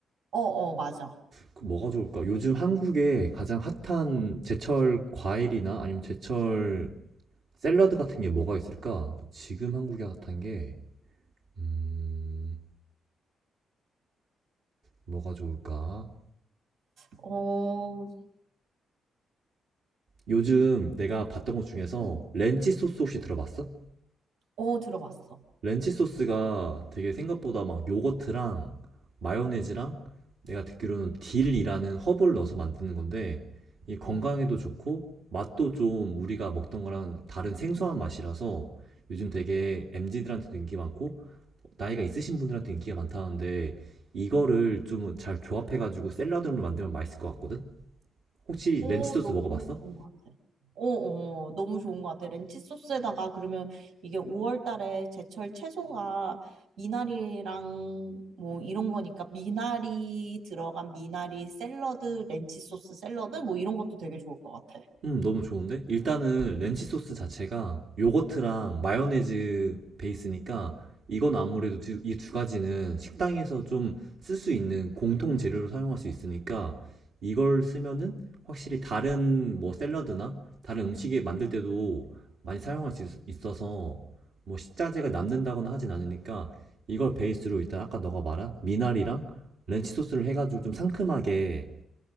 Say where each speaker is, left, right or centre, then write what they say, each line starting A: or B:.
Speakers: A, on the right; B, on the right.
A: 어, 어, 맞아.
B: 그 뭐가 좋을까? 요즘 한국에 가장 핫한 제철 과일이나 아니면 제철 샐러드 같은 게 뭐가 있을까? 지금 한국에 핫한 게, 음, 뭐가 좋을까?
A: 어,
B: 요즘 내가 봤던 것 중에서
A: 좀-
B: 렌치 소스 혹시 들어봤어?
A: 어, 들어봤어.
B: 렌치 소스가 되게 생각보다 막 요거트랑 마요네즈랑 내가 듣기로는 딜이라는 허브를 넣어서 만드는 건데 이 건강에도
A: 어,
B: 좋고 맛도 좀 우리가 먹던 거랑 다른 생소한 맛이라서 요즘 되게 MZ들한테도 인기 많고 나이가 있으신 분들한테 인기가 많다는데 이거를 좀 잘 조합해가지고 샐러드를 만들면 맛있을 것 같거든? 혹시
A: 어,
B: 렌치 소스
A: 너무
B: 먹어봤어?
A: 좋은 것 같아. 어, 어, 너무 좋은 것 같아. 렌치 소스에다가 그러면 이게 5월 달에 제철 채소가 미나리랑 뭐 이런 거니까 미나리 들어간 미나리 샐러드, 렌치 소스 샐러드 뭐 이런 것도 되게 좋을 것 같아.
B: 음, 너무 좋은데? 일단은 렌치 소스 자체가 요거트랑 마요네즈 베이스니까 이건 아무래도 이 두 가지는 식당에서 좀 쓸 수 있는 공통 재료로 사용할 수 있으니까 이걸 쓰면은 확실히 다른 뭐 샐러드나 다른 음식에 만들 때도 많이 사용할 수 있- 있어서 뭐 식자재가 남는다거나 하진 않으니까 이걸 베이스로 일단 아까 너가 말한 미나리랑 렌치 소스를 해가지고 좀 상큼하게